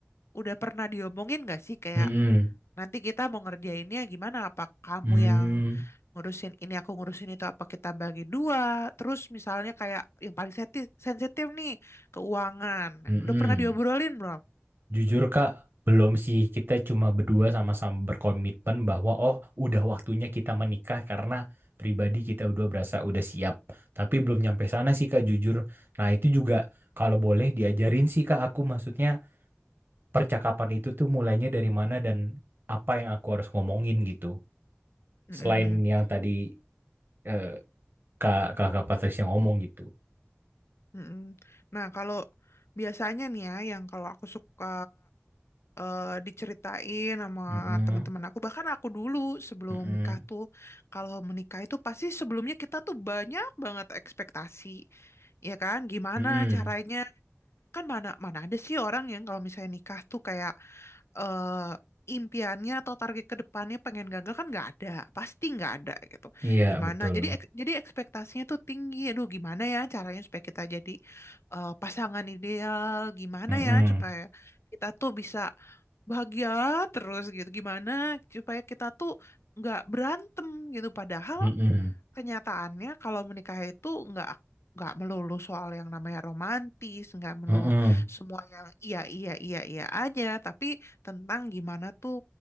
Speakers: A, on the left; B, on the right.
A: udah pernah diomongin nggak sih kayak
B: Mm-mm.
A: Nanti kita mau ngerjainnya gimana? Apa kamu
B: Mm-mm.
A: yang ngurusin ini aku ngurusin itu apa kita bagi dua terus misalnya kayak yang paling seti- sensitif nih keuangan
B: Mm-mm.
A: udah pernah diobrolin belum
B: Jujur Kak, belum sih. Kita cuma berdua sama-sama berkomitmen bahwa oh udah waktunya kita menikah karena pribadi kita berdua berasa udah siap. Tapi belum nyampe sana sih Kak, jujur. Nah itu juga kalau boleh diajarin sih Kak aku maksudnya percakapan itu tuh mulainya dari mana dan apa yang aku harus ngomongin gitu.
A: Mm-mm.
B: Selain yang tadi eh, Kak Kakak Patricia ngomong gitu.
A: Mm-mm. Nah kalau biasanya nih ya yang kalau aku suka eh, diceritain sama
B: Mm-mm,
A: teman-teman aku bahkan aku dulu sebelum
B: mm-mm,
A: nikah tuh kalau menikah itu pasti sebelumnya kita tuh banyak banget ekspektasi ya kan gimana
B: mm-mm.
A: caranya kan mana mana ada sih orang yang kalau misalnya nikah tuh kayak eh impiannya atau target ke depannya pengen gagal kan nggak ada pasti nggak ada gitu
B: Iya
A: gimana
B: betul.
A: jadi ek- jadi ekspektasinya tuh tinggi aduh gimana ya caranya supaya kita jadi eh, pasangan ideal gimana
B: Mm-mm,
A: ya supaya kita tuh bisa bahagia terus gitu gimana supaya kita tuh nggak berantem gitu padahal
B: mm-mm.
A: kenyataannya kalau menikah itu nggak nggak melulu soal yang namanya romantis, nggak melulu
B: Mm-mm.
A: semua yang iya iya iya iya aja, tapi tentang gimana tuh